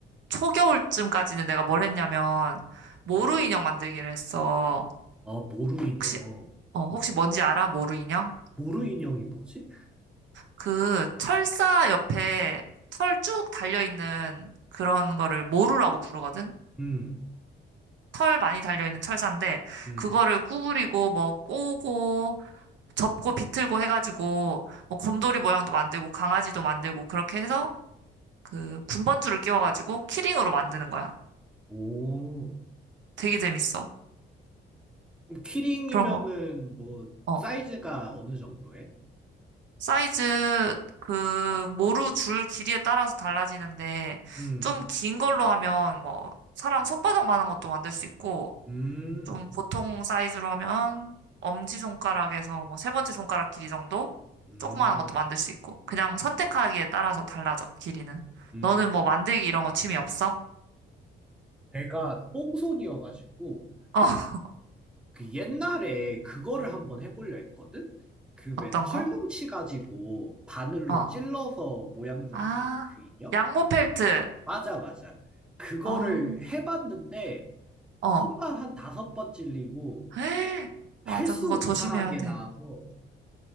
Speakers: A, on the right; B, in the centre.
A: 초겨울쯤까지는 내가 뭘 했냐면 모루 인형 만들기를 했어.
B: 아, 모루 인형.
A: 혹시 어 혹시 뭔지 알아? 모루 인형?
B: 모루 인형이 뭐지?
A: 그 철사 옆에 털 쭉 달려 있는 그런 거를 모루라고 부르거든.
B: 음,
A: 털 많이 달려 있는 철사인데
B: 음.
A: 그거를 구부리고 뭐 꼬고 접고 비틀고 해가지고 뭐 곰돌이 모양도 만들고 강아지도 만들고 그렇게 해서 그 군번줄을 끼워가지고 키링으로 만드는 거야.
B: 오,
A: 되게 재밌어.
B: 그럼 키링이면은
A: 그런 거.
B: 뭐
A: 어,
B: 사이즈가 어느 정도에?
A: 사이즈 그 모루 줄 길이에 따라서 달라지는데
B: 음,
A: 좀 긴 걸로 하면 뭐 사람 손바닥만한 것도 만들 수 있고
B: 음,
A: 좀 보통 사이즈로 하면 엄지손가락에서 뭐 세 번째 손가락 길이 정도
B: 음.
A: 조그마한 것도 만들 수 있고 그냥 선택하기에 따라서 달라져 길이는
B: 음.
A: 너는 뭐 만들기 이런 거 취미 없어?
B: 내가 똥손이어가지고
A: 어 <laughs>
B: 그 옛날에 그거를 한번 해보려 했거든? 그 왜
A: 어떤
B: 털뭉치
A: 거?
B: 가지고 바늘로
A: 어.
B: 찔러서 모양 잡는
A: 아
B: 그 인형?
A: 양모 펠트
B: 맞아, 맞아. 그거를
A: 어,
B: 해봤는데
A: 어.
B: 손만 한 다섯 번 찔리고
A: <gasps> 에이,
B: 할수록
A: 맞아 그거 조심해야
B: 이상하게
A: 돼
B: 나와서